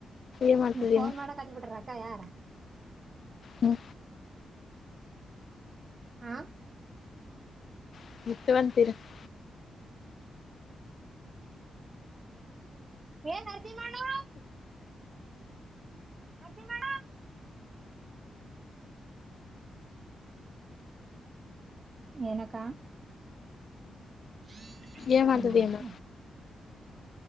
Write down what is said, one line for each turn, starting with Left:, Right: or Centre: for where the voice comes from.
Left: ಏನ್ ಮಾಡ್ತಿದೀನ
Right: ನೀ ಫೋನ್ ಮಾಡದ್ ಕಲಿತು ಬಿಟ್ರ ಅಕ್ಕರ.
Left: ಹ್ಮ್
Right: ಹಾ
Left: <unintelligible>
Right: ಹೇ ನರಸಿಂಹಣ್ಣ. ನರಸಿಂಹಣ್ಣ ಏನಕ್ಕಾ. <inaudible>
Left: ಏನ್ ಮಾಡ್ತದಮ್ಮ